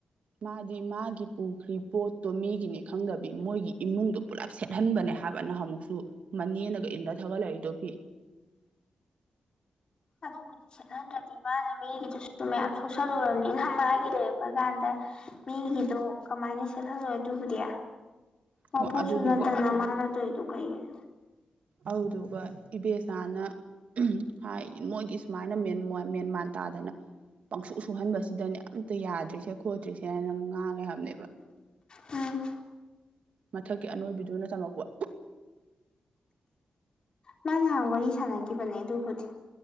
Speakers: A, on the right; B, on the left.
A: ꯃꯥꯗꯤ ꯃꯥꯒꯤ ꯄꯨꯈ꯭ꯔꯤ꯫ ꯄꯣꯠꯇꯣ ꯃꯤꯒꯤꯅꯤ ꯈꯪꯗꯕꯤ ꯃꯣꯏꯒꯤ ꯏꯃꯨꯡꯗꯣ ꯄꯨꯂꯞ ꯁꯦꯠꯍꯟꯕꯅꯦ ꯍꯥꯏꯕꯅ ꯑꯃꯨꯛꯁꯨ꯫ ꯃꯅꯦ ꯅꯒ ꯏꯂ ꯊꯒꯂ ꯏꯗꯣ ꯐꯤ꯫
B: ꯀꯗꯣ <unintelligible> ꯈꯦꯠꯍꯟꯗ꯭ꯔꯗꯤ ꯃꯥꯅ ꯃꯤꯒꯤꯗꯨꯁꯨ ꯃꯌꯥꯝ ꯁꯣꯛꯆꯜꯂꯨꯔꯕꯅꯤꯅ ꯃꯥꯒꯤ ꯂꯩꯔꯛꯄ ꯀꯥꯟꯗ꯫ ꯃꯤꯒꯤꯗꯣ ꯀꯃꯥꯏꯅ ꯁꯦꯠꯍꯜꯂꯣꯏ ꯑꯗꯨꯕꯨꯗꯤ꯫ ꯃꯄꯨꯁꯨ
A: ꯍꯣ ꯑꯗꯨꯗꯨꯒ
B: ꯅꯠꯇꯅ ꯃꯥ ꯅꯠꯇꯣꯏꯗꯨ ꯀꯩꯒꯤꯅꯣ꯫
A: ꯑꯧꯗꯨ꯫ ꯑꯗꯨꯒ ꯏꯕꯦꯆꯥꯅ ꯍꯥꯏ ꯃꯣꯏꯒꯤ ꯁꯨꯃꯥꯏꯅ ꯃꯦꯟ ꯃꯦꯟ ꯃꯥꯟ ꯇꯥꯗꯅ꯫ ꯄꯪꯁꯨꯛ ꯁꯨꯍꯟꯕꯁꯤꯗꯅꯦ ꯑꯝꯇ ꯌꯥꯗ꯭ꯔꯤꯁꯦ ꯈꯣꯠꯇ꯭ꯔꯤꯁꯦ ꯅꯪ ꯉꯥꯡꯉꯦ ꯍꯥꯏꯕꯅꯦꯕ꯫
B: ꯎꯝ꯫
A: ꯃꯊꯛꯀꯤ ꯑꯅꯣꯏꯕꯤꯗꯨꯅ ꯇꯝꯃꯛꯄ꯫
B: ꯃꯥ ꯉꯍꯥꯡ ꯋꯥꯔꯤ ꯁꯥꯟꯅꯈꯤꯕꯅꯦ ꯑꯗꯨꯕꯨꯗꯤ